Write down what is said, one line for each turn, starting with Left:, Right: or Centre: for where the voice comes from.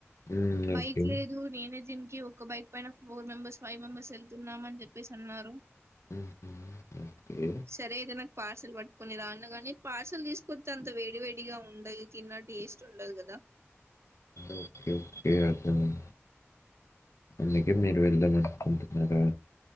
Left: హ్మ్.
Right: బైక్
Left: ఓకే.
Right: లేదు నేనే దీనికి ఒక బైక్ పైన ఫోర్ మెంబెర్స్, ఫైవ్ మెంబర్స్, వెళ్తున్నామని చెప్పేసి అన్నారు.
Left: హుహు. ఓకే.
Right: సరే ఏదన పార్సల్ పట్టుకొని రా అన్నగానీ పార్సల్ తీసుకొచ్చంతా వేడి వేడిగా ఉండయి తిన్న టేస్ట్ ఉండదు కదా.
Left: ఓకే ఓకే అర్థమైంది అందుకే మీరు వెళ్దమనుకుంటున్నారా?